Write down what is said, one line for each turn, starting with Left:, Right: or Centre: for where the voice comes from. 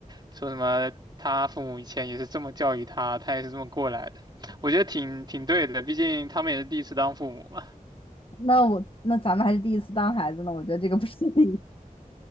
Right: 说什么他父母以前也是这么教育他，他也是这么过来的，我觉得挺挺对的，毕竟他们也是第一次当父母嘛。
Left: 那我那咱们还是第一次当孩子呢，我觉得这个不是第一，